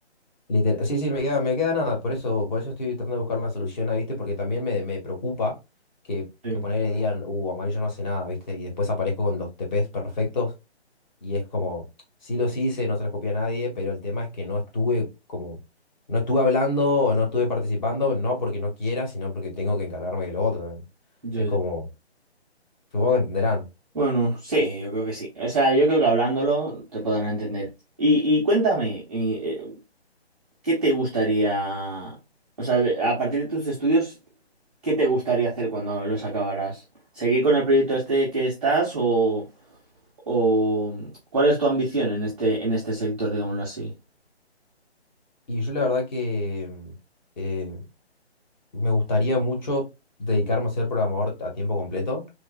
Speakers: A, on the left (about 40°); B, in the centre.
A: literal sí, sí, me queda, me queda nada, por eso, por eso estoy tratando de buscar una solución ahí, ¿viste? Porque también me, me preocupa que,
B: Sí.
A: que ponerle digan, uh, amarillo no hace nada, ¿viste? Y después aparezco con los TPs perfectos y es como, sí los hice, no se los copié a nadie, pero el tema es que no estuve como, no estuve hablando o no estuve participando, no porque no quiera, sino porque tengo que encargarme de lo otro también.
B: Ya,
A: Es como,
B: ya.
A: supongo que entenderán.
B: Bueno, sí, yo creo que sí. O sea, yo creo que hablándolo te podrán entender. Y, y cuéntame, y, eh, ¿qué te gustaría, o sea, de- a partir de tus estudios, ¿qué te gustaría hacer cuando los acabarás? ¿Seguir con el proyecto este que estás o, o cuál es tu ambición en este, en este sector, digámoslo así?
A: Y yo la verdad que mm, eh, me gustaría mucho dedicarme a ser programador a tiempo completo,